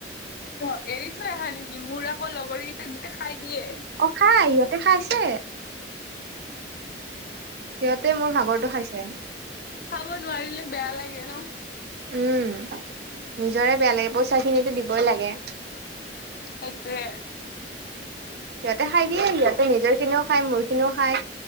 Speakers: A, on the left (about 55°); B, on the right (about 60°).
A: অ', এৰি থৈ আহা নেকি? মোৰ আকৌ লগৰ কেইটাক গোটেই খাই দিয়ে।
B: অ', খাই সিহঁতে খাইছে। সিহঁতে মোৰ ভাগৰটো খাইছে।
A: খাবই নোৱাৰিলে বেয়া লাগে ন'।
B: উম, নিজৰে বেয়া লাগে পইচাখিনিটো দিবই লাগে।
A: সেইটোৱেই।
B: সিহঁতে খাই দিয়ে, সিহঁতে নিজৰখিনিও খায়, মোৰখিনিও খায়।